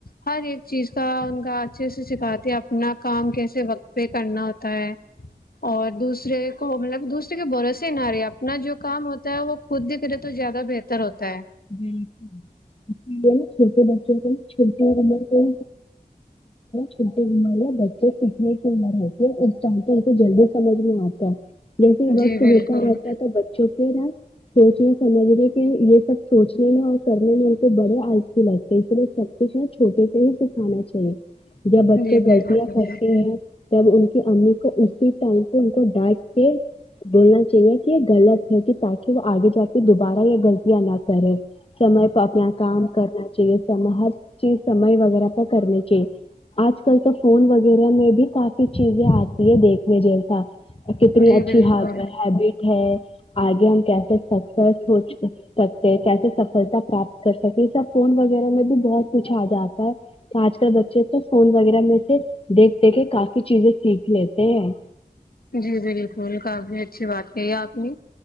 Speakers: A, on the left; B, on the left.
A: ہر ایک چیز کا ان کا اچھے سے سکھاتی ہے اپنا کام کیسے وقت پہ کرنا ہوتا ہے اور دوسرے کو مطلب دوسرے کے بھروسے نہ رہے اپنا جو کام ہوتا ہے وہ خود دکھ رہے تو زیادہ بہتر ہوتا ہے
B: بکل اسے نا چھوٹے بچوں کو چھوٹی عمر کو چھوٹی عمر میں بچے سکھنے کی عمر ہوتے ہیں چاہتے ان کو جلدی سمجھ میں آتا ہے جیسے
A: جی
B: وقت
A: بالکل
B: ہوتا رہتا ہے تو بچوں ا سوچ رہے سمجھ لے کہ یہ سب سوچنے میں اور کرنے میں ان کو بڑے آل ف لگتے پ سب کچھ ہے چھوٹے سے ہی کھانا چاہیے جب بچے
A: جی
B: غلطیاں
A: بالکل
B: کرتے ہیں جب ان کی امی کو اسی ٹائم پہ ان کو ڈانٹ کے بولنا چاہیے کہ یہ غلط ہوگی تاکہ وہ آگے جا کے دوبارہ یہ غلطیاں نہ کرے سمے پ اپنا کام کرنا چاہیے س ہر چیز سم و وہ کرنے کےاہ آج کل تو فون وغیرہ میں بھی کافی چیزیں آتی ہے دیکھنے جیسا کتنی
A: جی
B: اچھی
A: بالکل
B: ہیبٹ ہے آگے ہم کیسے سکتے سوچ سک کیسے سفلتا پراپت کر سکے سب فون وغیرہ میں بھی بہت کچھ آ جاتا ہے تو آج کل بچے تو فون وغیرہ میں سے دیکھ د کے کافی چیزیں سیکھ لیتے ہیں
A: جی بالکل کافی اچھی بات کہی آپ نے